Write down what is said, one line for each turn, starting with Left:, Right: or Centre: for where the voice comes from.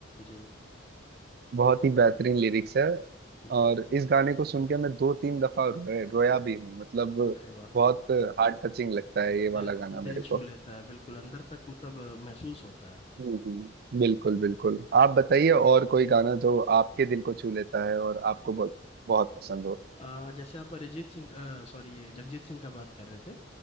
Left: जी
Right: बहुत ही बेहतरीन लिरिक्स है
Left: हम्म,
Right: और इस गाने को सुन के मैं दो तीन दफा रोया रोया भी हूँ मतलब
Left: अरे वाह
Right: बहुत हार्ट टचिंग लगता है ये वाला
Left: दिल
Right: गाना मेरे
Left: दिल
Right: को
Left: छू लेता है बिल्कुल अंदर तक मतलब अ, महसूस होता है
Right: हम्म, हम्म, बिल्कुल बिल्कुल आप बताइए और कोई गाना जो आपके दिल को छू लेता है और आपको बहुत बहुत पसंद हो
Left: अ, जैसे आप अरिजीत सिंह सॉरी ये जगजीत सिंह का बात कर रहे थे